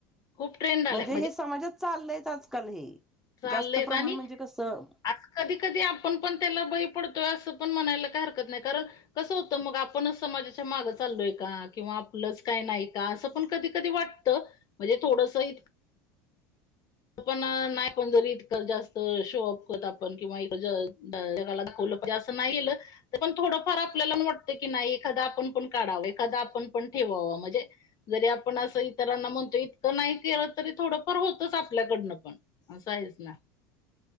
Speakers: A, on the left (about 45°); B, in the centre.
A: खूप ट्रेंड आलाय
B: म्हणजे हे समाजात चाललंयच आजकाल हे
A: चाललंयच
B: जास्त प्रमाण
A: आणि
B: म्हणजे कसं
A: अस कधी कधी आपण पण त्याला बळी पडतोय. असं पण म्हणायला काय हरकत नाय. कारण कसं, होत मग आपणच समाजाच्या मागं चालोय का, किंवा आपलंच काय नाही का असं पण कधी कधी वाटत. म्हणजे थोडंसं इत आपण नाही पण जरी इतकं जास्त शो अप होत आपण किंवा इ <unintelligible> मजे असं नाय केल त पण थोडंफार आपल्याला वाटतं की, नाय एखाद आपण पण काढावं. एखाद आपण पण ठेवावं. म्हजे जरी आपण असं इतरांना म्हणतो. इतकं नाय केलं तरी थोडंफार होतच आप आपल्याकडनं पण, असं आहेच ना